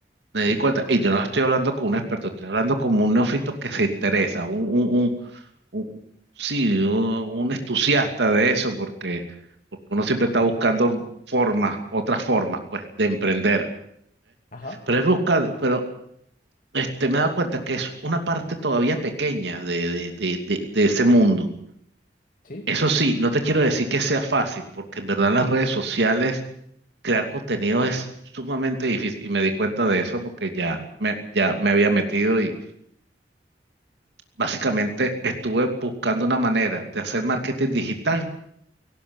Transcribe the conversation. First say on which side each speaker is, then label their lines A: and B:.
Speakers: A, on the right (about 75°); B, on the left (about 50°).
A: me
B: sí,
A: di cuenta, y yo no estoy hablando con un experto, estoy hablando como un neófito que se interesa, un, un, un- un- sí, un, un entusiasta de eso, porque, porque uno siempre está buscando formas, otras formas, pues, de emprender.
B: ajá,
A: Pero es buscar, pero este, me he dado cuenta que es una parte todavía pequeña de, de, de, de, de ese mundo.
B: sí,
A: Eso sí, no te quiero decir que sea fácil, porque en verdad en las redes sociales crear contenido es sumamente difícil. Y me di cuenta de eso porque ya me, ya me había metido y básicamente estuve buscando una manera de hacer marketing digital